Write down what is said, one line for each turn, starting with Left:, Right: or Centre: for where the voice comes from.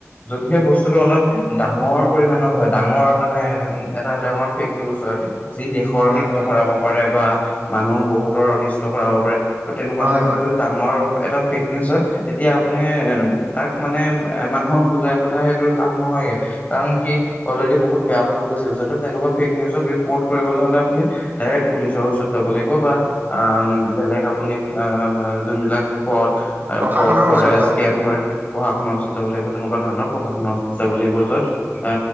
Left: যদি সেই বস্তুটো অলপ ডাঙৰ পৰিমণত হয় ডাঙৰ <unintelligible> মানে উ এটা ডাঙৰ ফেক নিউজ হয় যি দেশৰ নৃত্য
Right: উম উম
Left: কৰাব পাৰে বা মানুহ বহুতৰ অনিষ্ট কৰা হব পাৰে ত' তেনেকুৱা
Right: হয়
Left: ঠাই পৰা
Right: হয়
Left: যদি ডাঙৰ এটা ফেক নিউজত তেতিয়া আপুনি তাক মানে মানুহক বুজাই পেলাই সেইটো লাভ নহয়গে। কাৰণ সি অলৰেডি বহুত বেয়া ফলত গুচি গৈছে ত তেনেকুৱা ফেক নিউজত ৰিপৰ্ট কৰিবলৈ হলে আপুনি ডাইৰেক্ট পুলিচৰ ওচৰত যাব লাগিব বা বেলেগ আপুনি যোনবিলাক পথ <unintelligible>
Right: প্ৰশাসনৰ
Left: ফ্ৰড কৰে
Right: ওচৰত যাব
Left: স্কেম
Right: লাগিব
Left: কৰে
Right: হয়
Left: পঢ়া শুনাৰ ওচৰত যাব লাগিব
Right: উম
Left: তেনেকুৱা ধৰণৰ পঢ়া শুনাৰ ওচৰত যাব
Right: উম
Left: লাগিব
Right: উম
Left: য'ত <unintelligible>